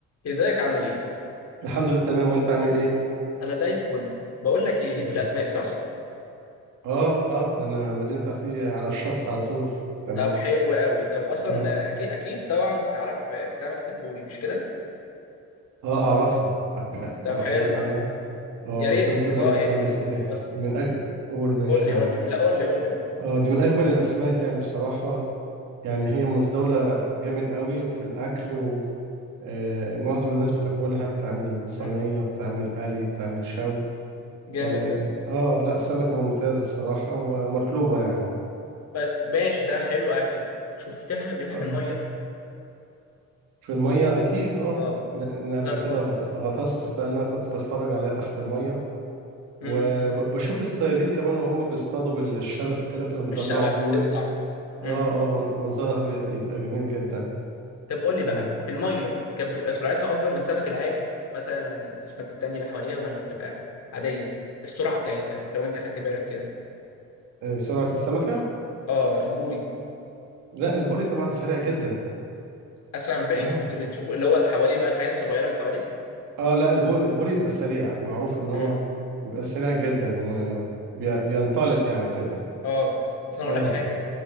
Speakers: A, on the left; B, on the right.
A: ازيك عامل ايه
B: الحمد لله تمام وانت عامل ايه
A: انا زي الفل بقول لك ايه
B: الحمد
A: ليك
B: لله
A: في الاسماك صح
B: اه اه انا المدينه بتاعتي على الشط على طول تمام
A: طب حلو قوي طب اصلا
B: اه
A: اكيد اكيد طبعا تعرف آه، سمكة البوري مش كده
B: اه اعرفها أك-
A: طب
B: اقول
A: حلو
B: لك عنها اه
A: يا ريت
B: سمكه البرد
A: اه يا-
B: اه
A: مم.
B: دي, س- دي
A: بس
B: من اجل قول ماشي
A: قول لي
B: معاك
A: قول لي لا قول لي قول لي قول لي
B: اه دي من اجمل الاسماك يعني بصراحه يعني هي متداوله جامد قوي وفي الاكل و آه، معظم الناس بتاكلها بتعمل صينيه
A: مم.
B: بتعمل قلي بتعمل شوي
A: جامد
B: يعني
A: ده
B: اه لا سمكه ممتازه صراحه ومطلوبه يعني
A: آه، ماشي ده حلو اكل شفتها قبل كده
B: آه.
A: في الميه
B: في المية أكيد أه
A: اه
B: لأن قبل
A: طب
B: كده غط- غطست فأنا كنت بتفرج عليها تحت المية
A: مم.
B: وبشوف الصيادين كمان وهم بيصطادوا بالشبكة كده كانوا بيطلعوا
A: بالشبك
B: بوري
A: تطلع
B: أه
A: مم.
B: أه من- منظرها بي- يبقى جميل جدا
A: طب قول لي
B: أه
A: بقى في الميه كانت بتبقى سرعتها اكبر من السمك العادي مثلا الاسماك التانية اللي حواليها ولا بتبقى عادية السرعة بتاعتها لو انت خدت بالك كده
B: آه، سرعة السمكة؟
A: اه البوري
B: لا البوري طبعا سريع جدا
A: اسرع من الباقي
B: أه
A: اللي بتشوفه اللي هو اللي حواليه بقى الحاجات الصغيره اللي حواليه
B: أه لا البوري, البوري بيبقى سريع معروف إن هو
A: امم
B: بيبقى سريع جدا وبينطلق يعني كده
A: اه بس انا
B: أه
A: اقول لك حاجه